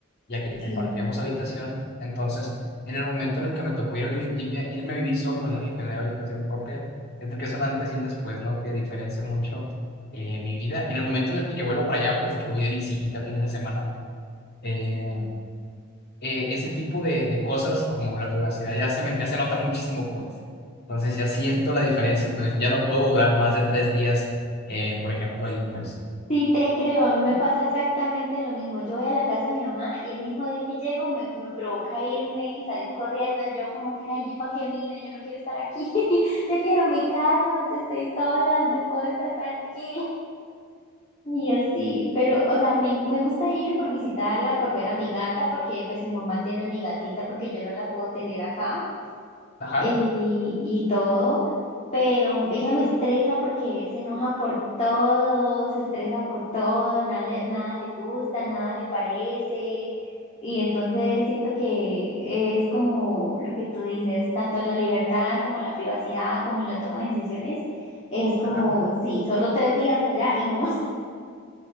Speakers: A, on the left; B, on the left.
A: ya que
B: Sí,
A: compartíamos habitación. Entonces, en el momento en el que me tocó ir a vi- irme, irme a vivir solo, ¿no? Y tener habitación propia, siento que es un antes y un después, ¿no? Que diferencia mucho eh, mi vida. En el momento en el que vuelvo para allá, pues de que voy de visita fines de semana, eh, eh, ese tipo de, de cosas como la privacidad ya se, me- ya se nota muchísimo, pues. Entonces ya siento la diferencia, entonces ya no puedo durar más de tres días, eh, por ejemplo, ahí, pues.
B: sí te creo, a mí me pasa exactamente lo mismo. Yo voy a la casa de mi mamá y el mismo día que llego me, me provoca irme y salir corriendo. Yo como que, ay, ¿yo para qué vine? Yo no quiero estar aquí. <laughs> Yo quiero mi casa donde estoy sola, donde puedo estar tranquila. Y así, pero, o sea, me, me gusta ir por visitarla, por ver a mi gata, porque pues mi mamá tiene a mi gatita porque yo no la puedo tener acá.
A: Ajá,
B: y, y todo, pero ella me estresa porque se enoja por todo, se estresa por todo, nada le, nada le gusta, nada le parece, y entonces siento que es como lo que tú dices, tanto en la libertad como en la privacidad, como en la toma de decisiones, es como,
A: ajá.
B: sí, solo tres días allá y no más.